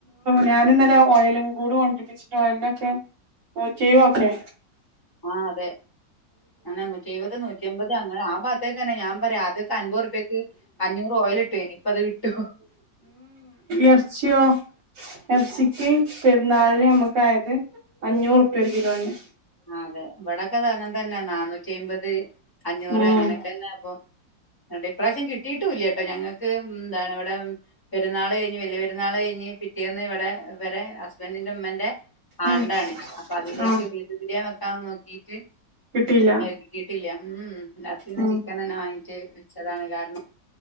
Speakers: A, on the right; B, on the left.
A: ഞാൻ ഇന്നല്ലെ ഓയിലും കൂടി കൊണ്ട്രിപ്പിച്ചിട്ട് ഓയിലിനൊക്കെ നൂറ്റി എഴുപത് ഒക്കെ
B: ആഹ് അതെ അന്നെ നൂറ്റിഎഴുപത് നൂറ്റിഎൻപത് അങ്ങനെ ആ ഭാത്തേക്കന്നെ ഞാൻ പറയ ആദ്യക്കെ അൻപർപ്യക്ക് അഞ്ഞൂറ് ഓയിൽ കിട്ടുവേനി ഇപ്പ അത് കിട്ടോ
A: എർച്ചിയോ എർച്ചി പെരുന്നാളിന് നമ്മുക്കായത് അഞ്ഞൂറ് ഉറുപ്യ ഒരു കിലോന്
B: അതെ ഇവിടക്കെത് അങ്ങനെ തന്നെ നാന്നൂറ്റി അമ്പത് അഞ്ഞൂറ്
A: ഉം
B: അങ്ങനെയൊക്കെന്നെ അപ്പൊ ഇങ്ങട്ട് ഇപ്രാവശ്യം കിട്ടിട്ടൂല്ലട്ടോ ഞങ്ങക്ക് എന്താണ് ഇവിടെ പെരുന്നാള് കഴിഞ്ഞ് വലിയ പെരുന്നാള് കഴിഞ്ഞ് പിറ്റേന്ന് ഇവിടെ ഇവരെ ഹസ് ബന്റിന്റെ ഉമ്മന്റെ ആണ്ടാണ്
A: ഉം
B: അപ്പൊ അതിലേക്ക്
A: ആഹ്
B: ബീഫ് ബിരിയാണി വെക്കാൻ നോക്കീട്ട്
A: കിട്ടിയില്ല
B: കിട്ടീട്ടില്ല ഉം ലാസ്റ്റ് പിന്നെ
A: ഉം
B: ചിക്കൻ ചിക്കനന്നെ വാങ്ങിട്ട് വെച്ചതാണ് കാരണം